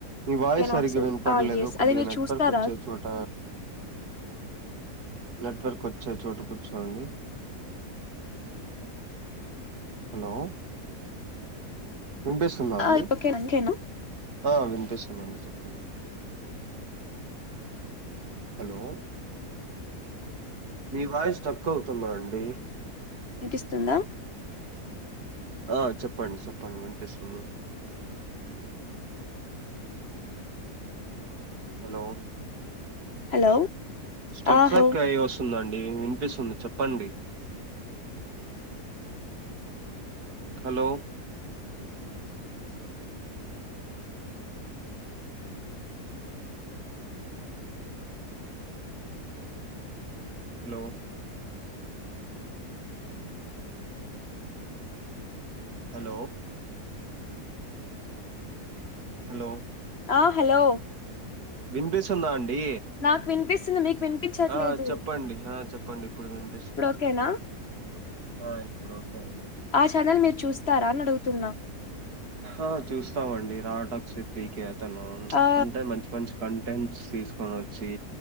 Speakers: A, on the right; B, on the left.
A: మీ వాయిస్
B: కెన్
A: సరిగ
B: నాట్ సే
A: వినపడలేదు
B: ఆ ఎస్
A: కొద్దిగా
B: అది మీరు
A: నెట్వర్క్
B: చూస్తారా
A: వచ్చే చోట. నెట్వర్క్ వచ్చే చోటు కూర్చోండి. హలో వినిపిస్తుందా అండి
B: ఆ ఇప్పుడు కెన్ కెన్
A: ఆ వినిపిస్తుందండి చెప్పండి హలో మీ వాయిస్ స్టర్క్ అవుతుంద అండి
B: వినిపిస్తుందా
A: ఆ చెప్పండి చెప్పండి వినిపిస్తుంది హలో
B: హలో
A: స్టర్క్
B: ఆ
A: స్టర్క్
B: హలో
A: అయి వస్తుంద అండి వినిపిస్తుంది చెప్పండి హలో హలో హలో హలో
B: ఆ హలో
A: వినిపిస్తుందా అండి
B: నాకు వినిపిస్తుంది మీకు వినిపించట్లేదు
A: ఆ చెప్పండి ఆ చెప్పండి ఇప్పుడు వినిపిస్తుంది
B: ఇప్పుడు ఓకేనా
A: చెప్పండి ఆ ఇప్పుడు అండి
B: ఆ ఛానల్ మీరు చూస్తారా అని అడుగుతున్నా
A: ఆ చూస్తామ అండి రా టాక్స్ విత్ వికే అతను
B: ఆ
A: అంటే మంచి మంచి కంట్ టెన్స్ తీసుకొని వచ్చి